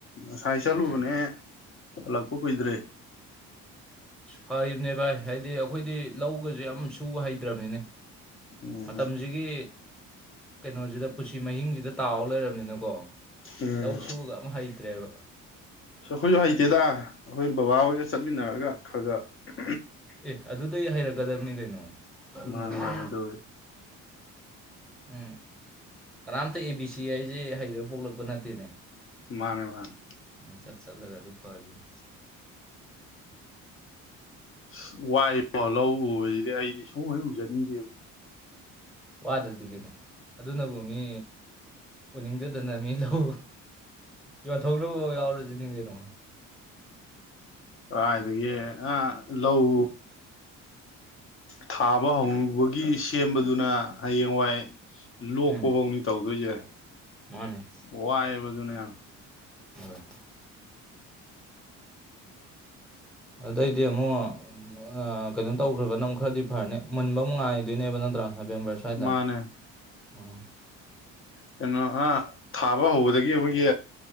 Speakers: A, on the left; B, in the centre.
A: ꯉꯁꯥꯏ ꯆꯠꯂꯨꯕꯅꯦ
B: ꯎꯝ
A: ꯍꯜꯂꯛꯄ ꯀꯨꯏꯗꯔ꯭ꯤ
B: ꯐꯔꯤꯕꯅꯦ ꯚꯥꯏ ꯍꯥꯏꯗꯤ ꯑꯩꯈꯣꯏꯗꯤ ꯂꯧ ꯑꯩꯈꯣꯏ ꯍꯧꯖꯤꯛ ꯑꯝ ꯁꯨꯕ ꯍꯩꯇ꯭ꯔꯥꯕꯅꯤꯅꯦ
A: ꯎꯝ
B: ꯃꯇꯝꯁꯤꯒꯤ ꯀꯩꯅꯣꯁꯤꯗ ꯄꯨꯟꯁꯤ ꯃꯍꯤꯡꯁꯖꯤꯗ ꯇꯥꯎꯔ ꯂꯩꯔꯕꯅꯤꯅꯀꯣ
A: ꯎꯝ
B: ꯂꯧ ꯁꯨꯕꯒ ꯑꯃ ꯍꯩꯇ꯭ꯔꯦꯕ
A: ꯑꯩꯈꯣꯏꯁꯨ ꯍꯩꯇꯦꯗ ꯑꯩꯈꯣꯏ ꯕꯕꯥꯍꯣꯏꯒ ꯆꯠꯃꯤꯟꯅꯔꯒ ꯈꯔ ꯈꯔꯒ
B: ꯑꯦ ꯑꯗꯨꯗꯩ ꯍꯩꯏꯔꯛꯀꯗꯕꯅꯤ ꯀꯩꯅꯣ ꯑꯗꯨ
A: ꯃꯥꯅꯦ
B: ꯅꯠꯇ꯭ꯔꯣ
A: ꯃꯥꯅꯦ ꯑꯗꯨꯕꯨꯗꯤ
B: ꯎꯝ ꯀꯅꯥꯝꯇ ꯑꯦ ꯕꯤ ꯁꯤ ꯍꯥꯏꯖꯤ ꯍꯩꯔꯒ ꯄꯣꯛꯂꯛꯄ ꯅꯠꯇꯦꯅꯦ
A: ꯃꯅꯦ ꯃꯅꯦ
B: ꯎꯝ ꯆꯠ ꯆꯠꯂꯒ ꯑꯗꯨ ꯐꯔꯤꯅꯤ
A: ꯑꯁ ꯋꯥꯏꯕꯣ ꯂꯧ ꯎꯕꯁꯤꯗꯤ ꯑꯩ ꯁꯨꯡꯑꯣꯏ ꯍꯦꯛ ꯎꯖꯔꯅꯤꯡꯗꯦ
B: ꯋꯥꯗ꯭ꯔꯗꯤ ꯀꯩꯅꯣ ꯑꯗꯨꯅꯕꯨ ꯃꯤ ꯎꯅꯤꯡꯗꯗꯅ ꯃꯤ ꯂꯧ ꯌꯣꯟꯊꯣꯛꯅꯕꯕꯧ ꯌꯥꯎꯔꯖꯅꯤ ꯀꯩꯅꯣ꯫
A: ꯀꯥꯏꯗꯒꯤ ꯑ ꯂꯧ ꯊꯥꯕ ꯍꯕꯒꯤ ꯁꯦꯝꯕꯗꯨꯅ ꯍꯌꯦꯡꯋꯥꯏ ꯂꯣꯛꯄꯕꯥꯎꯅꯤ
B: ꯎꯝ
A: ꯇꯧꯗꯣꯏꯖꯦ꯫
B: ꯃꯥꯅꯦ
A: ꯋꯥꯢꯋꯦꯕ ꯑꯗꯨꯅ ꯌꯥꯝ꯫
B: ꯍꯣꯏ꯫ ꯑꯗꯩꯗꯤ ꯑꯃꯨꯛ ꯑ ꯀꯩꯅꯣ ꯇꯧꯒ꯭ꯔꯒꯅ ꯑꯃꯨꯛ ꯈꯔꯗꯤ <unintelligible> ꯃꯨꯟꯕ ꯑꯃꯨꯛ ꯉꯥꯏꯗꯣꯏꯅꯦꯕ ꯅꯠꯇ꯭ꯔ ꯅꯕꯦꯝꯕꯔ ꯁ꯭ꯋꯥꯏꯗ꯫
A: ꯃꯥꯅꯦ
B: ꯎꯝ꯫
A: ꯀꯩꯅꯣ ꯑ ꯊꯥꯕ ꯍꯧꯕꯗꯒꯤ ꯑꯩꯈꯣꯏꯒꯤ